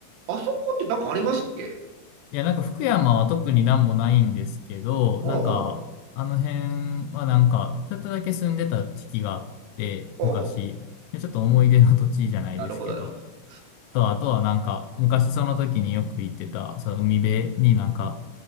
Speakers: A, on the right; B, on the left.
A: あそこってなんかありますっけ
B: いや、なんか福山は特になんもないんですけど、
A: おうほう。
B: なんか、あの辺はなんか、ちょっとだけ住んでた時期があって、
A: おうほうほう。
B: 昔。でちょっと思い出の土地じゃないですけど、
A: なるほど、なるほど。
B: と、あとはなんか、昔その時によく行ってた、その海辺になんか、